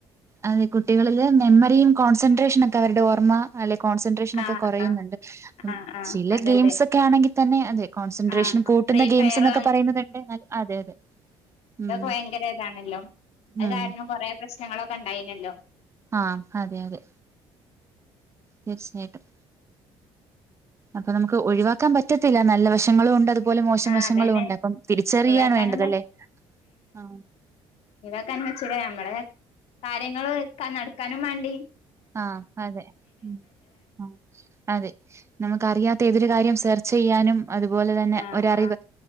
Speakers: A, on the right; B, on the left.
A: അതെ കുട്ടികളില് മെമ്മറിയും കോൺസെൻട്രേഷന ഒക്കെ അവരുടെ ഓർമ്മ അല്ലെ കോൺസെൻട്രേഷനൊക്കെ
B: ആഹ്
A: കൊറയുന്നുണ്ട്
B: ആഹ് ആഹ് ആഹ്
A: ചില
B: അതെ
A: ഗെയിംസൊക്കെ
B: അതെ
A: ആണെങ്കിതന്നെ അത് കോൺസെൻട്രേഷനും
B: ആഹ്
A: കൂ കൂട്ടുന്ന
B: ഫ്രീ
A: ഗെയിംസ്
B: ഫയർ
A: എന്നൊക്കെ പറയുന്നതുണ്ട് അതെ അതെ ഉം
B: അതൊക്കെ ഭയങ്കര ഇതാണല്ലോ അത്
A: ഉം
B: കാരണം കൊറേ പ്രശ്നങ്ങളൊക്കെ ഇണ്ടയിനല്ലോ
A: ആഹ് അതെ അതെ തീർച്ചയായിട്ടും അപ്പൊ നമുക്ക് ഒഴിവാക്കാൻ പറ്റത്തില്ല നല്ല വശങ്ങളും ഉണ്ട് അത് പോലെ മോശം
B: ആഹ്
A: വശങ്ങളും
B: അതന്നെ
A: ഉണ്ട് അപ്പം തിരിച്ചറിയാണ്
B: ഒഴിവാക്കാനും
A: വേണ്ടത് അല്ലെ ആ
B: ഇതൊക്കെന വെച്ചില്ലേ നമ്മടെ കാര്യങ്ങള് ക്കെ നടക്കാനും മാണ്ടി
A: ആഹ അതെ ഉം ആ അതെ നമുക്ക് അറിയാത്ത ഏതൊരു കാര്യം സേർ ചെയ്യാനും അതുപോലെ തന്നെ
B: ആഹ്
A: ഒരറിവ്
B: ആഹ്